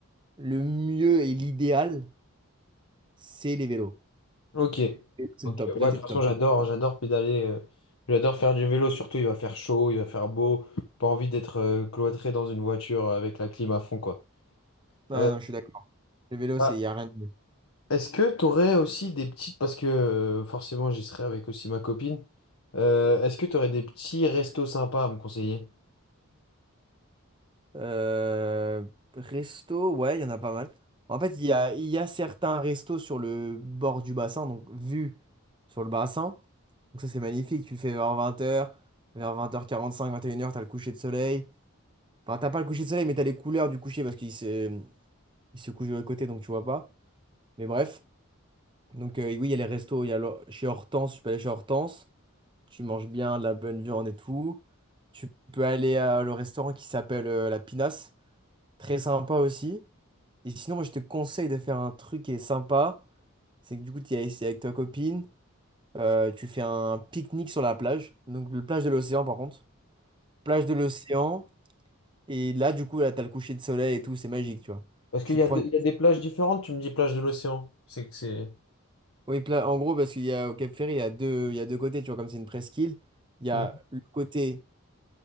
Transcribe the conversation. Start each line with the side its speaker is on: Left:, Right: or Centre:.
Right: Le mieux et l'idéal, c'est les vélos.
Left: Ok.
Right: C'est
Left: Ok.
Right: le top. Là,
Left: Ouais,
Right: t'es
Left: de toute
Right: le
Left: façon,
Right: top.
Left: j'adore, j'adore pédaler. euh, j'adore faire du vélo, surtout il va faire chaud, il va faire beau. Pas envie d'être euh, cloîtré dans une voiture euh, avec la clim à fond, quoi.
Right: Non,
Left: Euh,
Right: non, je suis d'accord. Le vélo,
Left: bah,
Right: c'est, il n'y a rien de mieux.
Left: est-ce que tu aurais aussi des petites, parce que euh, forcément j'y serai avec aussi ma copine, Euh, est-ce que tu aurais des petits restos sympas à me conseiller?
Right: Euh, resto, ouais, il y en a pas mal. En fait, il y a, il y a certains restos sur le bord du bassin, donc vue sur le bassin. Donc ça, c'est magnifique. Tu le fais vers vingt heures vers vingt heures quarante cinq vingt et une heures t'as le coucher de soleil. Enfin, t'as pas le coucher de soleil, mais t'as les couleurs du coucher parce qu'il se, il se couche de l'autre côté, donc tu vois pas. Mais bref. Donc euh, oui, il y a les restos. Il y a le- chez Hortense, je suis pas allé chez Hortense. tu manges bien, de la bonne viande et tout. Tu peux aller à le restaurant qui s'appelle euh, La Pinasse, très sympa aussi. Et sinon, moi, je te conseille de faire un truc qui est sympa. C'est que du coup, tu es ici avec ta copine, euh, tu fais un pique-nique sur la plage. Donc, le plage de l'océan, par contre. Plage de l'océan. Et là, du coup, là, t'as le coucher de soleil et tout, c'est magique, tu vois.
Left: Parce qu'il
Right: Tu
Left: y
Right: prends
Left: a, de-
Right: une-
Left: il y a des plages différentes, tu me dis plage de l'océan. C'est que c'est.
Right: Oui, pla- en gros, parce qu'il y a au Cap Ferry, il y a deux, il y a deux côtés, tu vois, comme c'est une presqu'île. Il y
Left: Hmm.
Right: a le côté